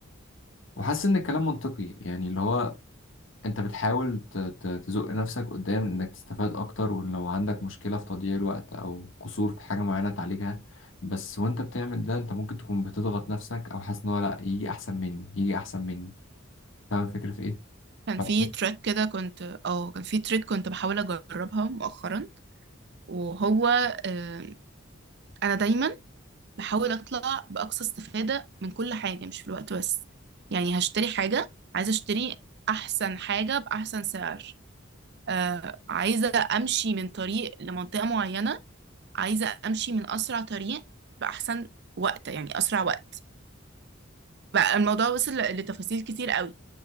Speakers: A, on the left; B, on the right.
A: وحاسس إن الكلام منطقي يعني اللي هو انت بتحاول ت- ت- تزق نفسك قدام انك تستفاد اكتر ولو عندك مشكلة في تضييع الوقت او قصور في حاجة معينة تعالجها بس وانت بتعمل ده انت ممكن تكون بتضغط نفسك او حاسس ان هو لا يجي احسن مني يجي احسن مني فاهم الفكرة في ايه؟
B: كان
A: فبتحس-
B: في تراك كده كنت اه كان في تريك كنت بحاول اجربها مؤخرا وهو آه، انا دايما بحاول اطلع باقصى استفادة من كل حاجة مش في الوقت بس يعني هشتري حاجة عايزة اشتري احسن حاجة باحسن سعر آه عايزة امشي من طريق لمنطقة معينة عايزة امشي من اسرع طريق باحسن وقت يعني اسرع وقت بقى الموضوع وصل ل- لتفاصيل كتير قوي